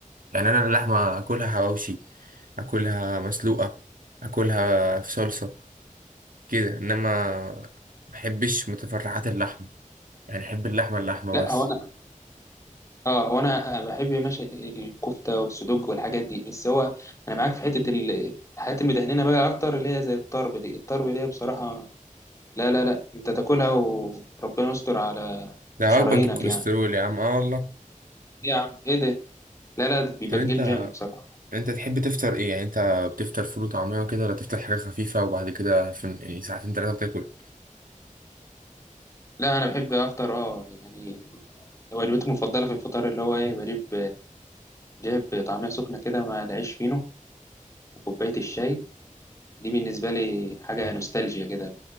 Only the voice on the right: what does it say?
يعني انا اللحمه اكلها حواوشي اكلها مسلوقه اكلها في صلصه كده انما ما بحبش متفرعات اللحمه يعني احب اللحمه اللحمه
بس
ده
وجبه تجيب كوليسترول
يا عم اه والله
طب انت
انت تحب تفطر ايه يعني انت بتفطر فول وطعميه وكده ولا تفطر حاجه خفيفه وبعد كده في يعني ساعتين ثلاثه بتاكل